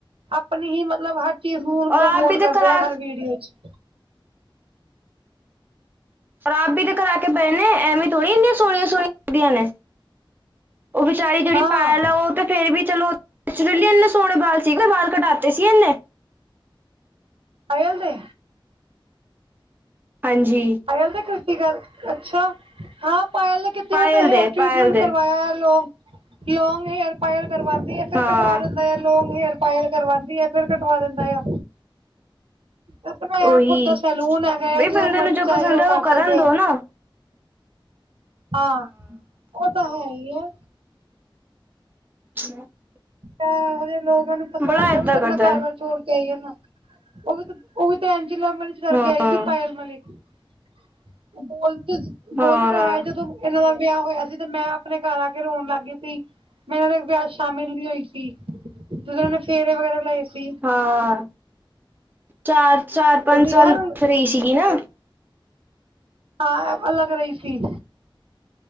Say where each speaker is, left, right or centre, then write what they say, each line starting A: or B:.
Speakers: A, on the right; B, on the right.
A: ਆਪਣੀ ਹੀ ਮਤਲਬ ਹਰ ਚੀਜ ਨੂੰ
B: ਔਰ
A: ਪ੍ਰਮੋਟ
B: ਆਪ ਵੀ ਤੇ
A: ਕਰਦੇ
B: ਕਰਾ
A: ਆ ਹਰ ਵੀਡੀਓ 'ਚ
B: ਆਪ ਵੀ ਤੇ ਕਰਾ ਕੇ ਪਏ ਨੇ ਐਵੇ ਥੋੜ੍ਹੀ ਇਨੀਆਂ ਸੋਹਣੀਆਂ- ਸੋਹਣੀਆਂ ਲੱਗਦੀਆਂ ਨੇ- ਉਹ ਵਿਚਾਰੀ ਜਿਹੜੀ
A: ਹਾਂ
B: ਪਾਇਲ ਹੈ। ਉਹ ਤੇ- ਫੇਰ ਵੀ ਚਲੋ ਨੈਚੁਰਲੀ ਇਨੇ ਸੋਹਣੇ ਬਾਲ ਸੀਗੇ ਬਾਲ ਕਟਾਤੇ ਸੀਗੇ ਇਨੇ-
A: ਪਾਇਲ ਦੇ
B: ਹਾਂਜੀ-
A: ਪਾਇਲ ਤੇ ਕ੍ਰਿਤੀਕਾ ਅੱਛਾ ਹਾਂ ਪਾਇਲ ਕਿਤੇ
B: ਪਾਇਲ
A: ਓ ਤੇ ਹੇਅਰ
B: ਦੇ
A: ਟ੍ਰਰੀਟਮੈਂਟ
B: ਪਾਇਲ ਦੇ
A: ਕਰਵਾਇਆ ਆ ਲੋਕ ਲੌਂਗ ਹੇਅਰ ਪਾਇਲ ਕਰਵਾਉਂਦੀ ਹੈ ਫਿਰ
B: ਹਾਂ
A: ਕਟਵਾ ਦਿੰਦੀ ਲੋਂਂਗ ਹੇਅਰ ਪਾਇਲ ਕਰਵਾਉਂਦੀ ਆ ਫਿਰ ਕਟਵਾ ਦਿੰਦਾ ਆ ਆਪਣਾ ਯਾਰ
B: ਉਹੀ
A: ਖੁਦ ਦਾ ਸੈਲੂਨ ਹੈਗਾ ਹੈ
B: ਬਈ
A: ਜੋ
B: ਬੰਦੇ
A: ਮਰਜ਼ੀ
B: ਨੂੰ
A: ਚਾਹੇ
B: ਪਸੰਦ
A: ਉਹ
B: ਹੈ
A: ਕਰ
B: ਕਰਨ
A: ਸਕਦੇ ਐ
B: ਦੋ ਨਾ
A: ਹਾਂ ਉਹ ਤਾਂ ਹੈ ਈ ਆ
B: <unintelligible>
A: ਅ ਇਹੋ ਜਿਹੇ ਲੋਕਾਂ ਨੂੰ ਪਸੰਦ
B: ਬੜਾ ਏਦਾਂ
A: ਆ ਉਹ ਵੀ ਤਾਂ
B: ਕਰਦਾ
A: ਆਪਣਾ ਘਰਬਾਰ
B: ਹੈ
A: ਛੋੜ ਕੇ ਆਈ ਹੈ ਨਾ ਉਹ ਵੀ ਤਾਂ ਉਹ ਵੀ ਤੇ ਏਂਜ ਈ ਤੇ ਲਵ ਮੈਰਿਜ ਕਰਕੇ
B: ਹਾਂ
A: ਆਈ ਸੀ ਪਾਇਲ ਮਲਿਕ ਓ ਬੋਲ ਤੇ
B: ਹਾਂ
A: ਬੋਲਦੇ ਤਾਂ ਹੈ ਜਦੋਂ ਇਹਨਾਂ ਦਾ ਵਿਆਹ ਹੋਇਆ ਸੀ ਤੇ ਮੈਂ ਆਪਣੇ ਘਰ ਆ ਕੇ ਰੋਣ ਲੱਗ ਗਈ ਸੀ ਮੈਂ ਇਨਾਂ ਦੇ ਵਿਆਹ ਚ ਸ਼ਾਮਿਲ ਨੀ ਹੋਈ ਸੀ ਠੀਕ ਜਦੋਂ ਇਨਾਂ ਨੇ ਫੇਰੇ ਵਗੈਰਾ ਲਏ ਸੀ।
B: ਹਾਂ ਚਾਰ ਚਾਰ ਪੰਜ
A: ਬੋਲਦੀ
B: ਸਾਲ
A: ਯਾਰ
B: ਫਰੀ ਸੀਗੀ ਨਾ
A: ਹਾਂ ਇਹ ਅਲੱਗ ਰਹੀ ਸੀ